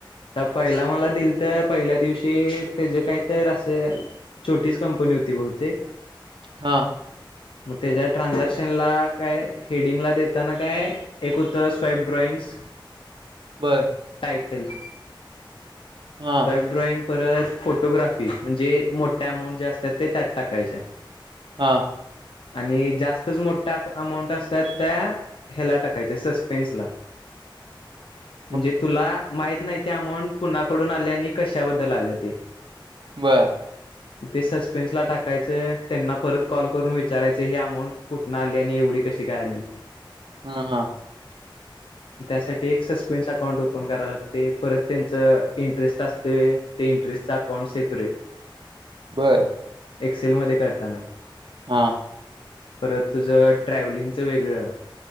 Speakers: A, on the left (about 80°); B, on the right (about 65°).
A: आता पहिला मला दिलत पहिल्या दिवशी त्याच काय तर अस छोटीच कंपनी होती बहुतेक.
B: हा
A: मग त्याच्या ट्रान्झॅक्शनला काय हेडिंगला देताना काय एक होत स्वेईप ड्रॉईंग्स
B: बर
A: टायटल
B: हा
A: स्वाईप ड्रॉइंग परत फोटोग्राफी. म्हणजे मोठ्या अमाऊंट जे असतात ते त्यात टाकायच्या.
B: हा
A: आणि जास्तच मोठा अमाऊंट असतात त्या ह्याला टाकायच्या सस्पेन्सला.
B: <inaudible>
A: म्हणजे तुला माहित नाही. त्या अमाऊंट कुणाकडून आल्या. आणि कशाबद्दल आल्या ते.
B: बर
A: ते सस्पेन्स ला टाकायच. त्यांना परत कॉल करून विचारायच हे अमाऊंट कु ठन आली. आणि एवढी कशी काय आली.
B: हा
A: त्यासाठी एक सस्पेन्स अकाउंट ओपन करावे लागते. परत त्यांच इंटरेस्ट असतय. ते इंटरेस्टचा अकाउंट सेपरेट
B: बर
A: एक्सेल मध्ये करताना
B: हा
A: परत तुझ ट्रॅव्हलिंगच वेगळ